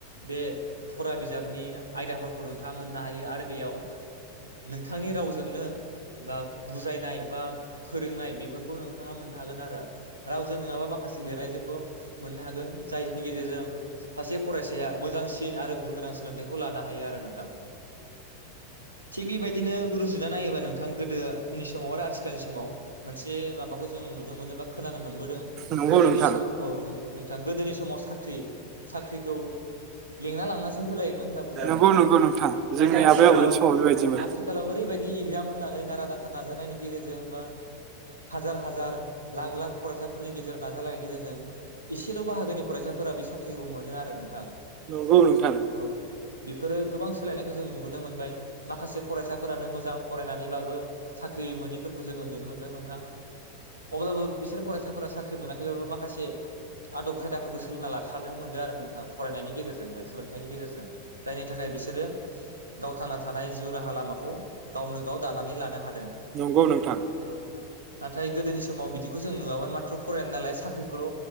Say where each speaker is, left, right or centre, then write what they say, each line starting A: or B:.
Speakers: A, on the right (about 85°); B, on the right (about 35°).
A: बे फरा बिजाब बिजाबनि आयदाफोरखौ नोंथाङा मोननो हायो आरो बेयाव नोंथांनि रावजोंनो बा बुजायनाय बा फोरोंनाय बेफोरखौ नोंथाङा मोननो हागोन आरो रावजों नङाबा माखासे लिरनायजोंबो मोननो हागोन जायनि गेजेरजों सासे फरायसाया मोजांसिन आरो गुन गोन सोलोंथाइखौ लानो हायो आरो नोंथां थिग बेबायदिनो रुजुना नायोबा नोंथां गोदोनि समाव आरो आथिखालनि समाव मोनसे माबाखौ जों नुनो मोनो बा खोनानो मोनबोदों
B: नंगौ
A: गोदोनि
B: नोंथां
A: समाव औ नोंथां गोदोनि समाव साख्रि साख्रिखौ लेंना लांनासो होलायोमोन होनना बुंदों आरो
B: नंगौ
A: नोंथां
B: नंगौ जोंनि
A: नाथाय आथिखालाव
B: आबै आबौनि समाव बेबायदिमोन
A: आथिखालाव ओरैबायदि एगजाम होनानै नारा नाथा नाजानायनि गेजेरजों बा हाजार हाजार लाख लाख फरायसाफोरनि गेजेराव नाजालायनायनि गेजेरजों एसेल' बाहागोनि फरायसाफोरा बे साख्रिखौ मोनो आरो नोंथां
B: नंगौ नोंथां
A: औ बेफोरो गोबां सोलायनायखौ जों नुबोनो मोनबाय माखासे फरायसाफोरानो मोजां फरायनानैबाबो साख्रि मोनिफोरखौ जोङो नुनो मोनदों नोंथां अब्लाबो बिसोर फरायसाफोरा साख्रगेजेरजोंबाबो माखासे आदब खायदाफोरखौ सोलोंना लाखानो मोनदों आरो नोंथां फरायनायनि गेजेरजोंनो सोलोंथाइनि गेजेरजों जायनि थाखाय बिसोरो गावथांना थानाय जिउ राहा लामाखौ गावनो गाव दानानै लानो हादों
B: नंगौ नोंथां
A: औ नाथाय गोदोनि समाव बिदिखौ जों नुवामोन माथ्र' फरायनाय नालाय साख्रिखौल'